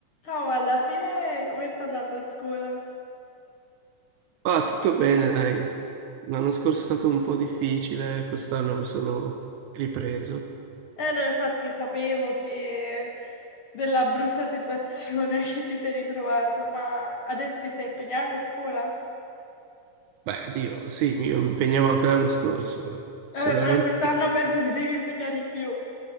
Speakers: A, on the left; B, on the right.
A: No, ma alla fine come sta andando a scuola?
B: Ah, tutto bene, dai. L'anno scorso è stato un po' difficile, quest'anno mi sono ripreso.
A: Eh no, infatti sapevo che della brutta situazione <laughs> che ti sei ritrovato, ma adesso ti stai impegnando a scuola?
B: Beh, Dio, sì, mi- io mi impegnavo anche l'anno scorso, eh. solamente
A: Vabbè, però quest'anno
B: che...
A: penso ti devi impegnare di più.